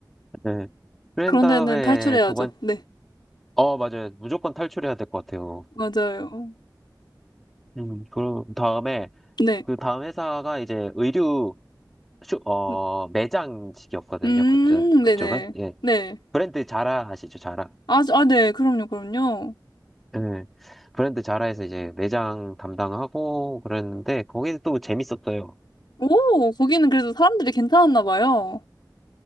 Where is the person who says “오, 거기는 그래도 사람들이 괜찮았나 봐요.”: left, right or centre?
Left